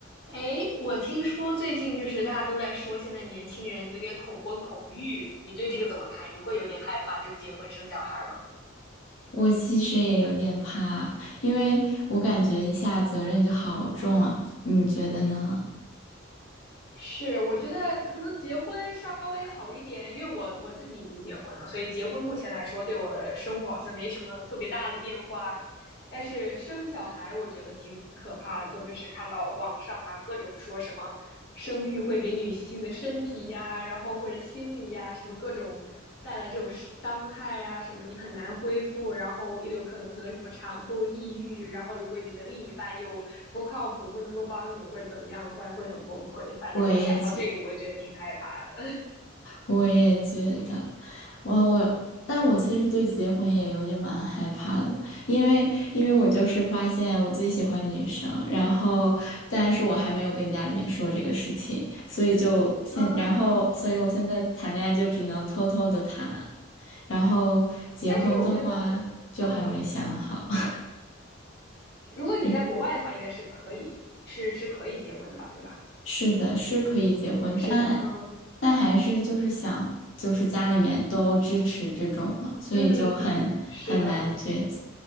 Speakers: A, on the left (about 55°); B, on the left (about 75°).
A: 哎，我听说最近就是大家都在说，现在年轻人有点恐婚恐育，你对这个怎么看？你会有点害怕，就是结婚生小孩儿吗？
B: 我其实也有点怕，因为我感觉一下责任就好重啊，你觉得呢？
A: 是，我觉得可能结婚稍微好一点，因为我我自己已经结婚了，所以结婚目前来说对我的生活好像没什么特别大的变化，但是生小孩我觉得挺可怕的，特别是看到网上啊各种说什么生育会给女性的身体呀、然后或者心理呀、什么各种带来这种伤害啊，什么你很难恢复，然后又有可能得什么产后抑郁，然后如果你的另一半又不靠谱，不能够帮你或者怎么样的话，会很崩溃。反正我想到这个，
B: 我也觉，
A: 我觉得挺害怕的
B: 我也觉得，我我，但我其实对结婚也有点蛮害怕的，因为因为我就是发现我最喜欢女生，然后但是我还没有跟家里面说这个事情，所以就现，
A: <laughs>。嗯，
B: 然后所以我现在谈恋爱就只能偷偷的谈，然后结婚的话就还没想好。
A: 但是我觉得，嗯，如果你在国外的话，
B: <laughs>
A: 应该是可以，是是可以结婚的吧，对吧？
B: 是的，是可以结婚，
A: 是的，
B: 但但还是就是想，
A: 嗯
B: 就是家里面都支持这种嘛，所以就很很难抉择。
A: 嗯，是的，